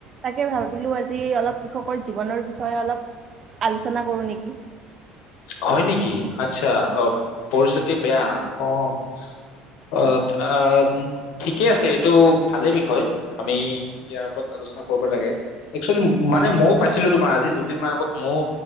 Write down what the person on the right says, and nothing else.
তাকে ভাবিলোঁ আজি অলপ কৃষকৰ জীৱনৰ বিষয়ে অলপ আলোচনা কৰোঁ নেকি।
হয়,